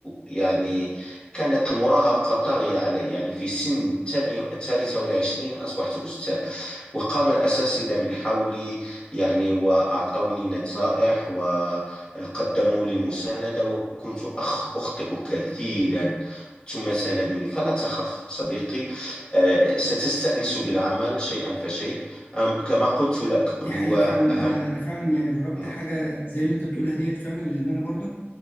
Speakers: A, on the left (about 25°); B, on the left (about 55°).
A: يعني كانت المراهقة طاغية علي يعني في سن الثانية الثالثة والعشرين أصبحت أستاذ وقام الأساتذة من حولي يعني وأعطوني نصائح وقدموا لي المساندة وكنت أخ أخطئ كثيرا ثم ساندوني فلا تخف صديقي آه، ستستأنس بالعمل شيئا فشيء أم- كما قلت لك
B: دي
A: هو
B: حقيقه فعلا
A: أهم
B: انا انا فعلا يعني جربت
A: م-
B: حاجه زي اللي انت بتقولها ديت فعلا لان انا برضك